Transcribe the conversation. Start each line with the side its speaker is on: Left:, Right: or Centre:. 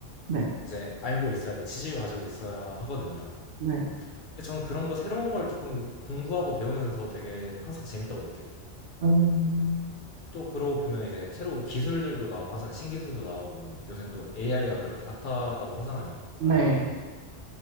Right: 네,
Left: 이제 알고 있어야 돼. 지식을 가지고 있어야 하거든요.
Right: 네.
Left: 근데 저는 그런 거 새로운 걸 조금 공부하고 배우면서 되게 항상 재밌다고 느껴요.
Right: 음,
Left: 또 그러고 보면 이제 새로운 기술들도 나오고 하잖아요. 신기술도 나오고 요새 또 AI가 그렇게 핫하다고 하잖아요. 사람들이.
Right: 네.